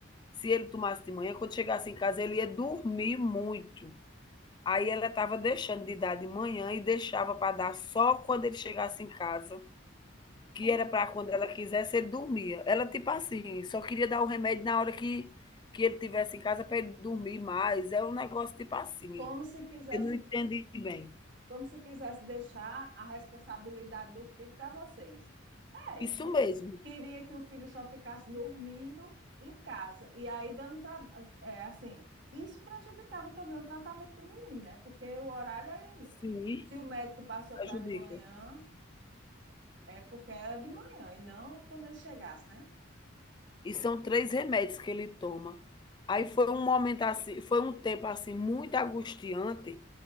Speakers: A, on the left; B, on the right.
A: Se ele tomasse de manhã, quando chegasse em casa, ele ia dormir muito. Aí ela estava deixando de dar de manhã e deixava para dar só quando ele chegasse em casa, que
B: Oxe.
A: era para quando ela quisesse, ele dormia. Ela, tipo assim, só queria dar o remédio na hora que, que ele tivesse em casa para ele dormir mais. É um negócio tipo assim.
B: Como se quisesse
A: Eu não entendi bem.
B: como se quisesse deixar a responsabilidade do filho para vocês. É,
A: Isso
B: porque
A: mesmo.
B: queria que o filho só ficasse dormindo em casa e aí dando trabalho, é, assim, isso prejudicava também o tratamento do menino, né? Porque o horário ele-
A: Sim,
B: se o médico passou para
A: Ajude.
B: de manhã, é porque era de manhã e não quando ele chegasse, né?
A: E são 3 remédios que ele toma. Aí foi um momento assim foi um tempo, assim, muito angustiante,